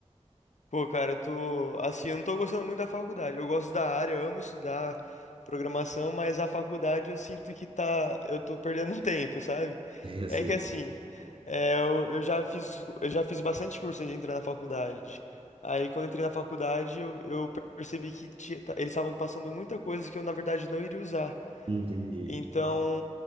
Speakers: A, on the left; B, on the right.
A: Pô, cara, eu tô. Assim, eu não tô gostando muito da faculdade. Eu gosto da área, eu amo estudar programação, mas a faculdade eu sinto que tá. Eu tô perdendo <laughs> tempo, sabe?
B: Eu
A: É
B: sei.
A: que assim, é, eu, eu já fiz, eu já fiz bastante curso antes de entrar na faculdade. Aí quando eu entrei na faculdade, eu, eu percebi que tinha- tá- eles estavam passando muita coisa que eu, na verdade, não iria usar.
B: Entendi.
A: Então,